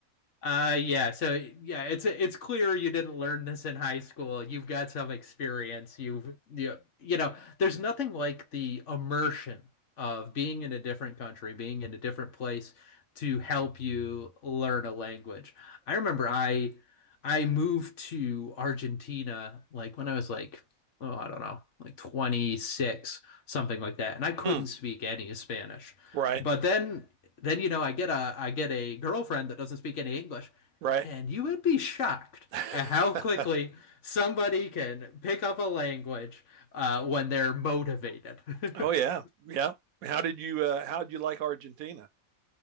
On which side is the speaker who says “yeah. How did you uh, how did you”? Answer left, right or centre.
Right